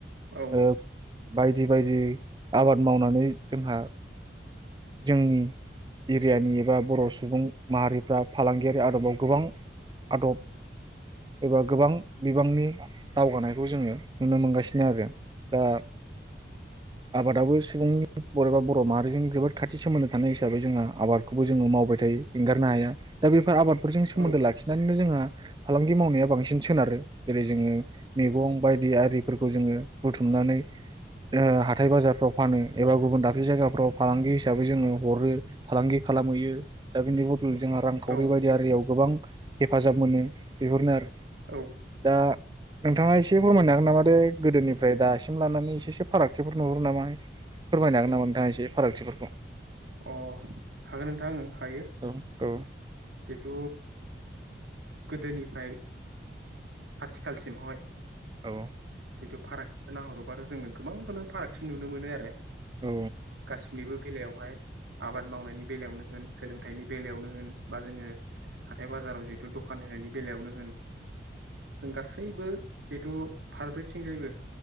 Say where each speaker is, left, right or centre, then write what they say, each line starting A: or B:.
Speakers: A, on the right; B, on the right.
A: औ
B: ओ बाय दि बायदि आबाद मावनानै जोंहा जोंनि एरियानि एबा बर' सुबुं माहारिफ्रा फालांगियाव बे आदबाव गोबां आदब एबा गोबां बिबांनि दावगानायखौ जोङो नुनो मोनगासिनो आरो दा आबादाबो सुबुंनि बोरैबा बर' माहारिजों जोबोद खाथि सोमोन्दो थानाय हिसाबै जोंहा आबादखौबो जोङो मावबाय थायो एंगारनो हाया दा बे आबाद फोरजों सोमोनदो
A: औ
B: लाखिनानै नो जोंहा फालांगि मावनाया बांसिन सोनारो। जेरै जोङो मेगं बायदि आरिफोरखौ जोङो बुथुमनानै ओ हाथाय बाजारफ्राव फानो एबा गुबुन दाबसे जायगाफ्राव फालांगि हिसाबै जोङो हरो फालांगि खालामहैयो दा बिनि बदल जोंहा रां खावरि
A: औ औ
B: बायदि आरियाव गोबां हेफाजाब मोनो बेफोरनो आरो
A: औ
B: दा नोंथाङा एसे फोरमायनो हागोन नामा दे गोदोनिफ्राय दासिम लानानै एसे एसे फारागथिफोर नुहरो नामा फोरमायनो हागोन नामा नोंथाङा एसे फारागथिफोरखौ।
A: अ हागोन नोंथां ओं हायो।
B: औ औ
A: जेथ' गोदोनिफ्राय आथिखालसि एमह हाय
B: औ
A: जिथु फाराग थिखोनाहरोबाथ' जोङो गोबांखौनो फारागथि नुनो मोनो आरो
B: औ
A: गासिनिबो बेलायावहाय आबाद मावनायनि बेलायावनो होन सोलोंथाइनि बेलायावनो होना बा जोंङो हाथाय बाजाराव जे दखान होनायनि बेलायावनो होन जों गासैबो जेहेथु फारब्रैथिंजायैबो